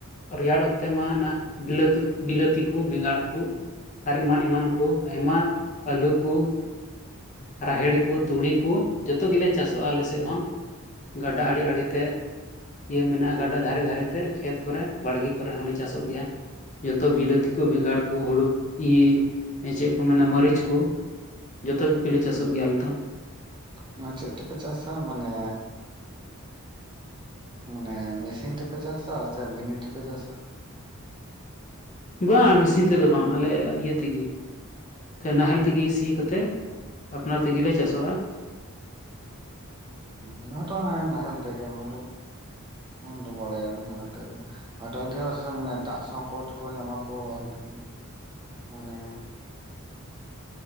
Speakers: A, on the left (about 35°); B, on the right (about 20°).
A: ᱨᱮᱭᱟᱲ ᱚᱠᱛᱮ ᱢᱟ ᱚᱱᱟ ᱵᱤᱞᱟᱹᱛᱤ ᱵᱤᱞᱟᱹᱛᱤ ᱠᱩ ᱵᱮᱸᱜᱟᱲ ᱠᱩ, ᱟᱨ ᱮᱢᱟᱱᱻ ᱮᱢᱟᱱ ᱠᱚ, ᱟᱭᱢᱟ ᱟᱹᱞᱩ ᱠᱚ᱾ ᱨᱟᱦᱮᱲ ᱠᱚ, ᱛᱩᱲᱤ ᱠᱚ, ᱡᱚᱛᱚ ᱜᱮᱞᱮ ᱪᱟᱥᱚᱜᱼᱟ ᱟᱞᱮ ᱥᱮᱫ ᱦᱚᱸ ᱜᱟᱰᱟ ᱟᱲᱮ- ᱟᱲᱮ ᱛᱮ᱾ ᱤᱭᱟᱹ ᱢᱮᱱᱟᱜᱼᱟ, ᱜᱟᱰᱟ ᱫᱷᱟᱨᱮ- ᱫᱷᱟᱨᱮᱛᱮ, ᱠᱷᱮᱛ ᱠᱚᱨᱮ, ᱵᱟᱲᱜᱮ ᱠᱚᱨᱮ ᱦᱚᱸᱞᱮ ᱪᱟᱥᱚᱜ ᱜᱮᱭᱟ᱾ ᱡᱚᱛᱚ ᱵᱤᱞᱟᱹᱛᱤ ᱠᱚ, ᱵᱮᱸᱜᱟᱲ ᱠᱚ, ᱦᱩᱲᱩ ᱤ ᱪᱮᱫ ᱠᱚ ᱢᱮᱱᱟ ᱢᱟᱹᱨᱤᱪ ᱠᱚ᱾ ᱡᱚᱛᱚ ᱜᱮᱞᱮ ᱪᱟᱥᱚᱜ ᱜᱮᱭᱟ ᱟᱞᱮ ᱫᱚ᱾
B: ᱚᱱᱟ ᱪᱮᱛᱮᱯᱮ ᱪᱟᱥᱟ ᱢᱟᱱᱮ ᱢᱟᱱᱮ ᱢᱮᱥᱤᱱ ᱛᱮᱯᱮ ᱪᱟᱥᱟ, ᱥᱮ ᱢᱤᱱᱤ ᱛᱮᱯᱮ ᱪᱟᱥᱟ
A: ᱵᱟ ᱢᱮᱥᱤᱱ ᱛᱮᱫᱚ ᱵᱟᱝ ᱟᱞᱮᱭᱟ ᱤᱭᱟᱹ ᱛᱤᱜᱤ ᱛᱮ ᱱᱟᱦᱮᱞ ᱛᱤᱜᱤ ᱥᱤ ᱠᱟᱛᱮᱫ, ᱟᱯᱱᱟᱨ ᱛᱮᱜᱤ ᱞᱮ ᱪᱟᱥᱚᱜᱼᱟ
B: ᱚᱱᱟᱛᱚ ᱦᱟᱸᱟᱭ ᱱᱟᱦᱮᱞ ᱛᱮᱜᱮ ᱚᱱᱟ ᱫᱚ ᱵᱟᱲᱟᱭ ᱟᱞᱮ ᱟᱫᱚ ᱟᱹᱰᱤ ᱦᱚᱲ ᱥᱮᱫ ᱢᱟᱱᱮ ᱫᱟᱜ ᱥᱚᱝᱠᱚᱴ ᱠᱚ ᱧᱟᱢᱟᱠᱚ ᱟᱹᱰᱤ ᱢᱟᱱᱮ